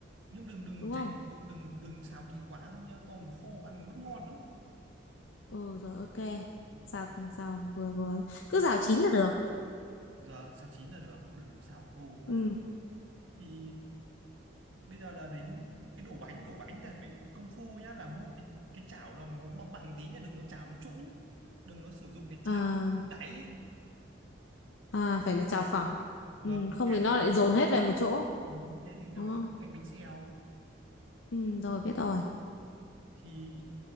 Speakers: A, on the right; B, on the left.
A: Nhưng đừng đừng
B: đúng
A: tránh
B: không
A: đừng đừng đừng xào kỹ quá không nhá, tôm nó khô ăn mất ngon lắm.
B: ừ rồi ok
A: Ừ.
B: xào xào vừa vừa cứ xào chín là được
A: Giờ xào chín là được, đừng có xào khô quá.
B: ừ
A: Thì bây giờ là đến cái đổ bánh, đổ bánh là phải công phu nhá, là mua cái cái chảo là nó bằng bằng tí nhá, đừng có chảo nó trũng, đừng có sử dụng cái chảo
B: à
A: trũng đáy.
B: à phải là chào phẳng
A: Vâng,
B: ừ,
A: nhà
B: không thì nó
A: có chảo
B: lại dồn
A: phẳng nhá.
B: hết về một chỗ
A: Ừ, thế thì nó
B: đúng
A: lại
B: không
A: không thành bánh xèo
B: ừ, rồi biết rồi
A: thì